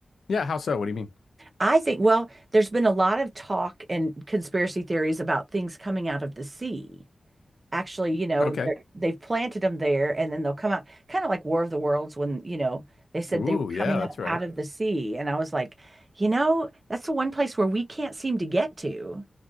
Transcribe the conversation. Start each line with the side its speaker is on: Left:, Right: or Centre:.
Left: Yeah. How so? What do you mean?
Right: I think, well, there's been a lot of talk and conspiracy theories about things coming out of the sea actually, you know,
Left: Okay.
Right: they're, they've planted them there and then they'll come out kind of like War of the Worlds when, you know, they said
Left: Ooh,
Right: they were
Left: yeah,
Right: coming
Left: that's
Right: up
Left: right.
Right: out of the sea. And I was like, you know, that's the one place where we can't seem to get to.